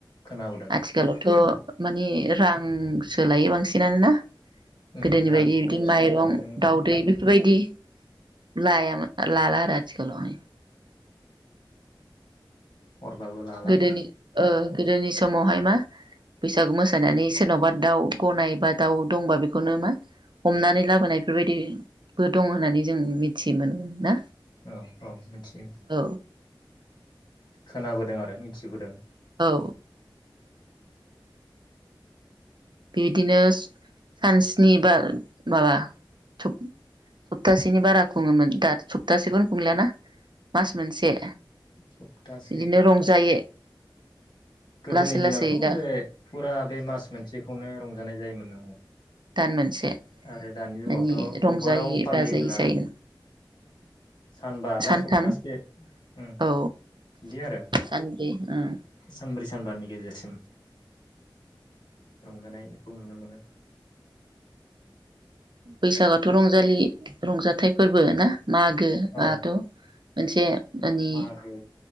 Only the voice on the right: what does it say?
आथिखालावथ'
माने रांसो लायो बांसिनानोना
गोदोनि
बायदि बिदि माइरं
दाउदै बेफोरबायदि लाया लाला आरो आथिखालावहाय
गोदोनि ओ गोदोनि समावहाय मा बैसागु मोसानानै सोरनावबा दाउ गनाय बा दाउ दंबा बेखौनो मा हमनानै लाबोनाय बेफोरबायदिबो दं होननानै जों मिथियोमोन ना
औ
औ बिदिनो सानस्नि बा माबा सफ-सप्तासेनि बारा खुङोमोन दा सप्तासेखौनो खुंलियाना मास मोनसे
बिदिनो रंजायो
लासै
लासै दा
दान मोनसे
मानि रंजायै
बाजायै जायो
सानथाम
औ
सानब्रै ओं
बैसागुआथ' रंजालि रंजाथाइ फोरबो ना? मागो
आथ' मोनसे मानि